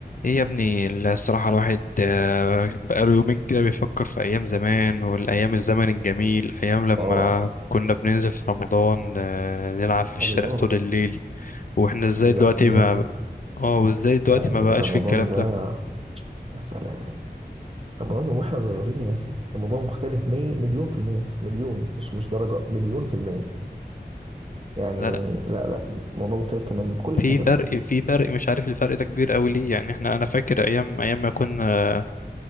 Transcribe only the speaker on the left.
ايه يا ابني الصراحة الواحد آه، بقاله يومين كده بيفكر في أيام زمان والأيام الزمن الجميل أيام لما
كنا بننزل في رمضان آه، نلعب في الشارع
طول الليل واحنا ازاي
دلوقتي
ما اه وازاي دلوقتي
ما بقاش
في الكلام
ده
لا لا
في
فرق
في فرق مش عارف الفرق ده كبير قوي ليه يعني احنا انا فاكر ايام ايام ما كنا